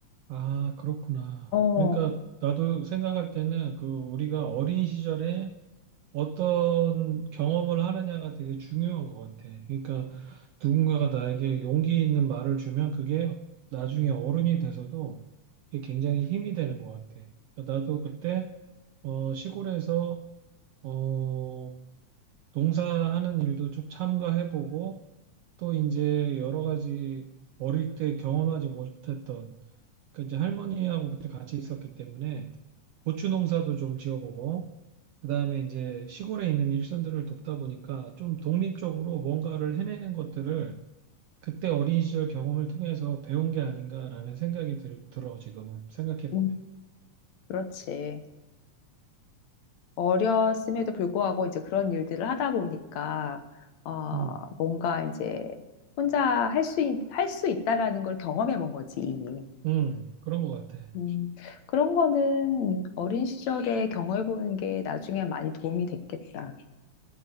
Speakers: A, on the right; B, on the left.
A: 아, 그렇구나.
B: 어,
A: 그러니까 나도 생각할 때는 그 우리가 어린 시절에 어떤 경험을 하느냐가 되게 중요한 것 같아. 그러니까 누군가가 나에게 용기 있는 말을 주면 그게 나중에 어른이 돼서도 이게 굉장히 힘이 되는 것 같아. 그러니까 나도 그때 어, 시골에서 어, 농사하는 일도 좀 참가해보고 또 이제 여러 가지 어릴 때 경험하지 못했던 그 이제 할머니하고 그때 같이 있었기 때문에 고추 농사도 좀 지어보고 그다음에 이제 시골에 있는 일선들을 돕다 보니까 좀 독립적으로 뭔가를 해내는 것들을 그때 어린 시절 경험을 통해서 배운 게 아닌가라는 생각이 들, 들어 지금 생각해 보면.
B: 음, 그렇지. 어렸음에도 불구하고 이제 그런 일들을 하다 보니까, 어,
A: 음,
B: 뭔가 이제 혼자 할 수, 할 수 있다라는 걸 경험해 본 거지, 이미.
A: 음, 그런 것 같아.
B: 음, 그런 거는 어린 시절에 경험해 보는 게 나중에 많이 도움이 됐겠다.